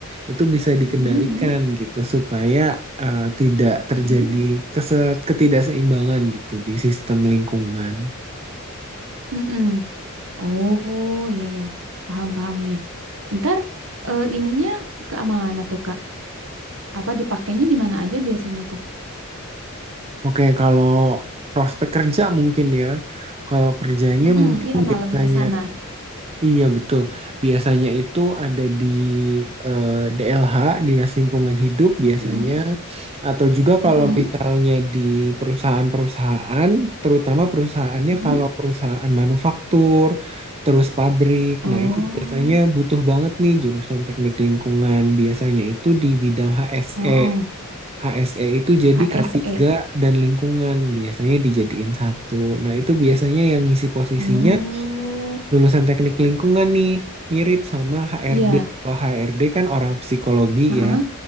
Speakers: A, on the right (about 30°); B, on the right (about 65°).
A: itu bisa dikendalikan
B: mm-mm,
A: gitu supaya eh, tidak terjadi
B: mm-mm,
A: kese- ketidakseimbangan gitu di sistem lingkungan.
B: mm-mm. Oh, iya ya, paham paham nih. Ntar eh, ininya ke mana tuh Kak? Apa dipakainya di mana aja biasanya tuh?
A: Oke, kalau prospek kerja mungkin ya, kalau kerjanya
B: Mm-mm,
A: mungkin
B: iya, nah lebih
A: tanya
B: ke sana.
A: Iya betul. Biasanya itu ada di eh, DLH, Dinas Lingkungan Hidup biasanya,
B: Mm-mm,
A: atau juga
B: mm-mm,
A: kalau misalnya di perusahaan-perusahaan, terutama perusahaannya
B: mm-mm.
A: kalau perusahaan manufaktur, terus pabrik.
B: Oh,
A: Nah, itu biasanya butuh banget nih jurusan teknik lingkungan. Biasanya itu di bidang HSE.
B: oh, oh.
A: HSE itu jadi
B: HSE.
A: K3 dan lingkungan, biasanya dijadiin satu. Nah, itu biasanya yang ngisi posisinya
B: Oh,
A: lulusan teknik lingkungan nih mirip sama HRD.
B: iya.
A: Kalau HRD kan orang psikologi
B: Heeh.
A: ya.